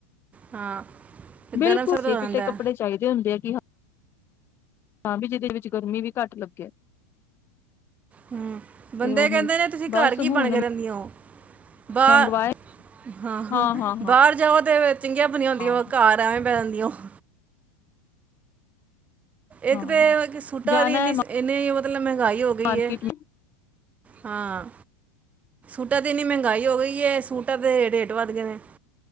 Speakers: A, on the right; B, on the left.
A: ਹਾਂ
B: ਬਿਲਕੁਲ
A: ਗਰਮ ਸਰਦ
B: ਸਿਪਿੱਟੇ
A: ਹੋ ਜਾਂਦਾ
B: ਕੱਪੜੇ ਚਾਹੀਦੇ ਹੁੰਦੇ ਆ ਕਿ ਹ ਹਾਂ ਵੀ ਜਿਹਦੇ ਵਿੱਚ ਗਰਮੀ ਵੀ ਘੱਟ ਲੱਗਿਆ
A: ਹਮ ਬੰਦੇ
B: ਤੇ ਉਹੀ
A: ਕਹਿੰਦੇ ਨੇ ਤੁਸੀਂ
B: ਬਸ
A: ਘਰ ਕੀ ਬਣ
B: ਹੁਣ
A: ਕੇ ਰਹਿੰਦੀਆਂ ਔ ਬਾਅਰ
B: ਮੰਗਵਾਏ
A: ਹਾਂਹਾਂ
B: ਹਾਂ ਹਾਂ ਹਾਂ
A: ਬਾਹਰ ਜਾਓ ਤੇ ਚੰਗੀਆਂ ਭਲੀਆਂ ਹੁੰਦੀਆਂ
B: ਹਾਂ
A: ਵਾ ਘਰ ਐਵੇਂ ਬੈ <unintelligible> ਇੱਕ ਤੇ
B: ਹਾਂ
A: ਵੇ ਸੂਟਾਂ
B: ਜਾਣਾ
A: ਦੀ ਇਨੀ
B: ਹੈ
A: ਇੰਨੀ ਮੰਗਾਈ ਹੋ
B: ਮਾਰਕੀਟ
A: ਗਈ ਏ।
B: ਮੈਂ
A: ਹਾਂ <unintelligible> ਇੰਨੀ ਮਹਿੰਗਾਈ ਹੋ ਗਈ ਏ ਸੂਟਾਂ ਦੇੇ ਰੇਟ ਵੱਧ ਗਏ ਨੇ